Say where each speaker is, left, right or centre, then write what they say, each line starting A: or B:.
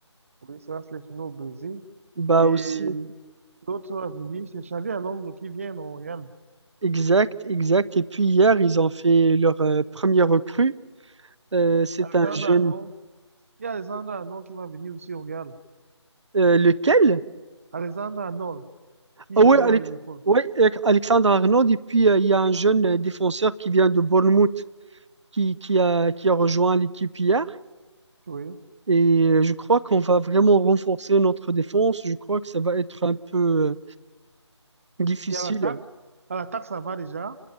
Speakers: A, on the right; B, on the right.
A: Oui, ça se laisse nous au Brésil.
B: Bah
A: Et
B: aussi,
A: l'autre va venir, c'est Xavi Alonso qui vient au Real.
B: Exact, exact. Et puis hier, ils ont fait leur euh, premier recrue. Euh, c'est
A: Alexandre
B: un jeune.
A: Arnold, il y a Alexandre Arnold qui va venir aussi au Real.
B: Euh, lequel?
A: Alexandre Arnold qui
B: Ah
A: évolue
B: oui, Alex...
A: à Liverpool.
B: ouais, euh, Alexandre Arnold. Et puis, euh, il y a un jeune euh, défenseur qui vient de Bournemouth qui, qui a, qui a rejoint l'équipe hier.
A: Oui.
B: Et euh, je crois qu'on va vraiment renforcer notre défense. Je crois que ça va être un peu euh, difficile.
A: Et à l'attaque, à l'attaque, ça va déjà.